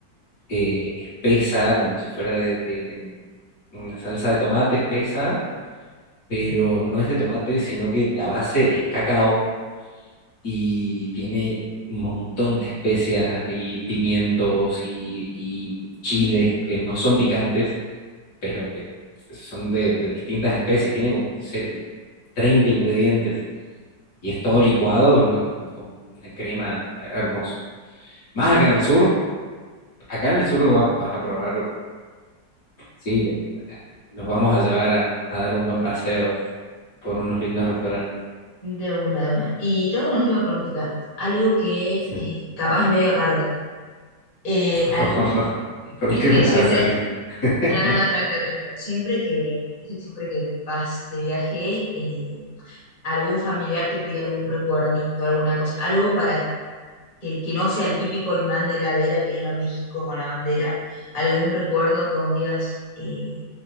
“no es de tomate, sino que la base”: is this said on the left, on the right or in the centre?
Left